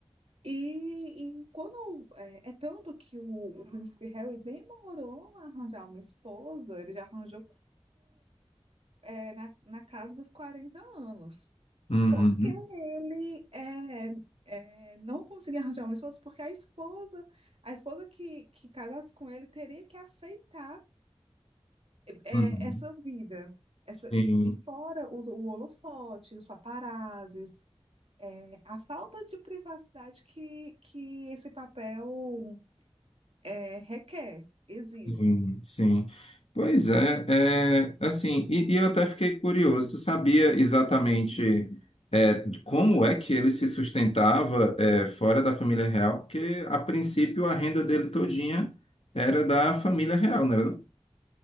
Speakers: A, on the right (about 75°); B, on the left (about 85°).
A: E, e quando é, é tanto que o, o príncipe Harry demorou a arranjar uma esposa, ele já arranjou é, na, na casa dos 40 anos.
B: uhum,
A: Porque ele é, é, não conseguia arranjar uma esposa, porque a esposa, a esposa que, que casasse com ele teria que aceitar é,
B: uhum.
A: essa vida. Essa,
B: Sim.
A: e, e fora os, o holofote, os paparazzis, é, a falta de privacidade que, que esse papel é, requer, exige.
B: Sim, sim. Pois é, é assim, e, e eu até fiquei curioso, tu sabia exatamente é, como é que ele se sustentava é, fora da família real? Porque, a princípio, a renda dele todinha era da família real, não era não?